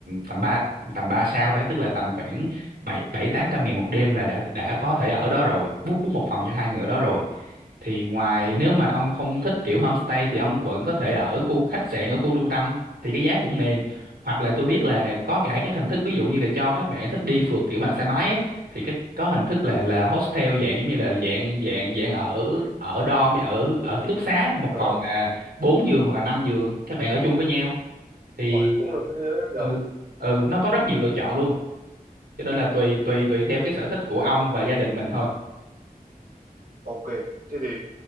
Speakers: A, on the right; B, on the right.
A: tầm ba tầm ba sao thôi tức là tầm khoảng bảy bảy tám trăm ngàn một đêm là đã đã có thể ở đó rồi book book một phòng cho hai người ở đó rồi thì ngoài nếu mà ông không thích kiểu homestay thì ông vẫn có thể ở khu khách sạn ở khu trung tâm thì cái giá cũng mềm hoặc là tôi biết là có cả các hình thức ví dụ như là cho các bạn thích đi phượt kiểu bằng xe máy ấy, thì cái có hình thức là là hostel dạng giống như là dạng dạng dạng ở ở dorm ở ở ký túc xá một
B: À,
A: phòng là bốn giường hoặc là năm giường các bạn ở chung với nhau thì
B: uầy, cũng được thế đấy nhờ.
A: ừ, ừ nó có rất nhiều lựa chọn luôn cho nên là tùy tùy tùy theo cái sở thích của ông và gia đình mình thôi
B: Ok, thế thì